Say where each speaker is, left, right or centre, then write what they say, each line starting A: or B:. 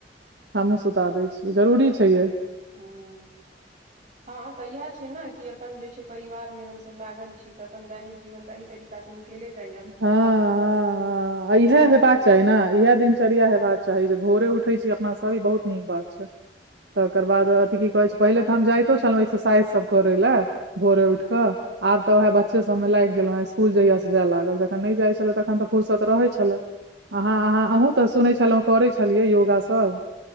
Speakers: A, on the right; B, on the right.
A: हमहुँ सुता दै छियै जरूरी छै यै
B: हँ हँ तऽ इएह छै ने कि अपन जे छै परिवार में हमस लागल छी तऽ अपन दैनिक जीवन तऽ एहि तरी से निकेले जाइए
A: हँ हँ हँ इह
B: लागैत
A: होयबाक
B: रहै
A: चाही
B: छै
A: ने इह दिन चरया हेबाक चाही जे भोरे उठै छी अपना सब ई बहुत नीक बात छै तकर बाद अथि की कहै छै पहिले तऽ हम जाइतो छलहुँ एक्सरसाइजसभ करै लए भोरे उठ
B: हँ
A: के आब तऽ वहे बच्चे सब मे लागि गेलों इस्कुल जइया से जाय लागल जखन नइ जाई छले तखन तऽ फूर्सत रहे छले आहा आहा
B: हँ
A: सुनै छलौ करे छलियै योगा सब